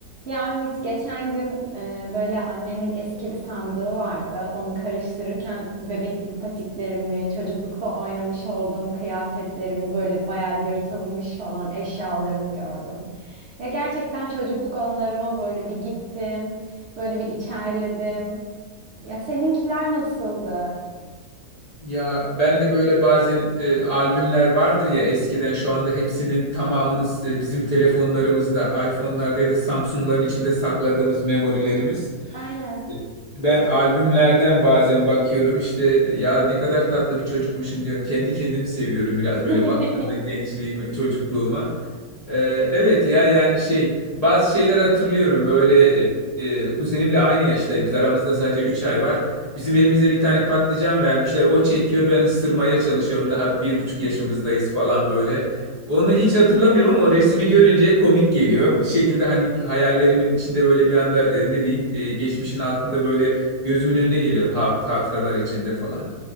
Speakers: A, on the right; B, on the left.
A: Ya Ümit geçen gün e, böyle annemin eski bir sandığı vardı. Onu karıştırırken bebeklik patiklerimi, çocuklukta oynamış olduğum kıyafetlerimi böyle bayağı yırtılmış falan eşyalarımı gördüm. Ya gerçekten çocukluk anılarıma böyle bir gittim, böyle bir içerledim. Ya seninkiler nasıldı?
B: Ya ben de böyle bazen e, albümler vardır ya eskiden şu anda hepsinin tamamının size- bizim telefonlarımızda, iPhone'larda ya da Samsung'ların içinde sakladığımız memorilerimiz.
A: Aynen.
B: E, Ben albümlerden bazen bakıyorum işte e, ya ne kadar tatlı bir çocukmuşum diyorum. Kendi kendimi seviyorum biraz
A: <laughs>
B: böyle baktığımda gençliğime, çocukluğuma. Ee, evet ya yani şey bazı şeyler hatırlıyorum böyle e, e, kuzenimle aynı yaştayız biz aramızda sadece 3 ay var. Bizim elimize bir tane patlıcan vermişler o çekiyor ben ısırmaya çalışıyorum daha bir buçuk yaşımızdayız falan böyle. Onu hiç hatırlamıyorum ama o resmi görünce komik geliyor. Bir şekilde hani hayallerimin içinde böyle bir anda e, ne diyeyim e, geçmişin altında böyle gözümün önüne geliyor ha- hatıralar içinde falan.